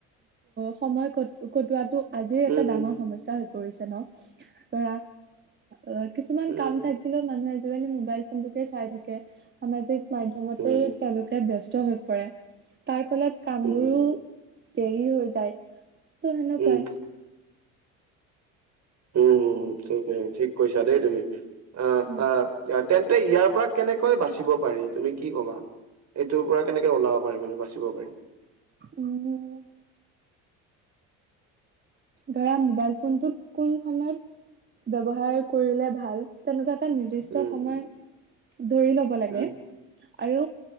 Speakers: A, on the right; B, on the right.
A: সময় ক-কটোৱাটো আজিৰ এটা
B: উম,
A: ডাঙৰ
B: উম,
A: সমস্যা হৈ পৰিছে ন' ধৰা অহ' কিছুমান
B: উম,
A: কাম থা কিলে মানুহে আজিকালি মোবাইল ফোনটোকে চাই থাকে, সামাজিক মাধ্যমতে
B: উম,
A: তেওঁলোকে- ব্যস্ত হৈ পৰে। তাৰ ফলত কামবোৰো-
B: উম,
A: দেৰিও হৈ যায় তো' সেনেকুৱাই।
B: উম, হুম হুম হুম, ঠিক কৈছা দেই তুমি, অহ'
A: উম
B: আহ'- তেন্তে ইয়াৰ পৰা কেনেকৈ বাচিব পাৰি তুমি কি কবা? এইটোৰ পৰা কেনেকে ওলাব পাৰি মানে বাচিব পাৰিম?
A: উমঁ'- ধৰা মোবাইল ফোনটোক কোনখনত ব্যৱহাৰ কৰিলে ভাল- তেনেকুৱা এটা নিৰ্দিষ্ট
B: উম,
A: সময়
B: উম,
A: ধৰি ল'ব লাগে।
B: উম।
A: আৰু